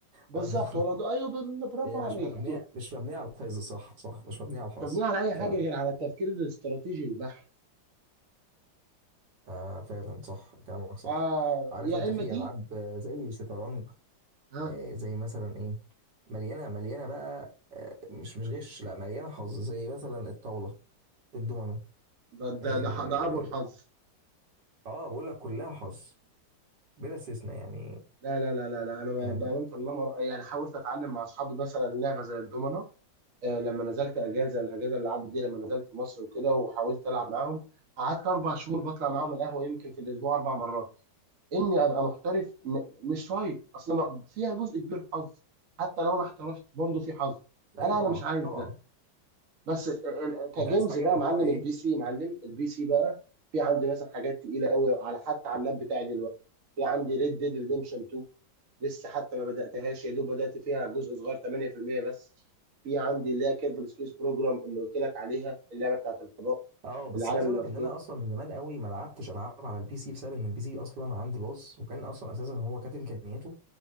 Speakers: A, on the right; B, on the right.
A: بالظبط
B: ولا
A: ولا ده ايوه بال- برافو
B: هي مش
A: عليك
B: مبنيه
A: <laughs>
B: مش مبنيه على الحظ صح صح مش مبنيه على الحظ
A: مش مبنيه على اي
B: فعلا
A: حاجه غير على التفكير الاستراتيجي البحت
B: آه فعلا صح كلامك صح
A: اه
B: عارف
A: يا
B: انت
A: اما
B: في
A: دي
B: العاب آه، زي شطرنج
A: ها
B: آه زي مثلا ايه مليانه مليانه بقى آه مش مش غش لا مليانه حظ زي مثلا الطاوله الدومينو
A: ده
B: اه
A: ده ده, ده ابو الحظ
B: آه، بقول لك كلها حظ بلا استثناء يعني
A: لا لا لا لا لا انا بامانه
B: يعني
A: الله مر... يعني حاولت اتعلم مع اصحابي مثلا لعبه زي الدومنه آه لما نزلت اجازه الاجازه اللي عدت دي لما نزلت مصر وكده وحاولت العب معاهم قعدت اربع شهور بطلع معاهم القهوه يمكن في الاسبوع اربع مرات اني ابقى محترف م- مش شايط اصل ما- فيها جزء كبير حظ حتى لو انا احترفت برضه في حظ
B: ايوه
A: انا
B: طبعا
A: انا مش عايز
B: طبعا
A: ده بس ال- ال- كجيمز
B: انت عايز حاجه
A: بقى
B: اللي
A: معلم
B: هو ايه
A: البي سي معلم البي سي بقى في عندي مثلا حاجات تقيله قوي على حتى على اللاب بتاعي دلوقتي في عندي ريد ديد ريديمشن 2 لسه حتى ما بداتهاش يا دوب بدات فيها جزء صغير 8% بس في عندي اللي هي كيربل سبيس بروجرام اللي قلت لك عليها اللعبه بتاعت الفضاء
B: اه بس
A: العالم
B: عايز اقول
A: المفتوح
B: لك ان انا اصلا من زمان قوي ما لعبتش العاب على البي سي بسبب ان البي سي اصلا عندي باظ وكان اصلا اساسا هو كانت امكانياته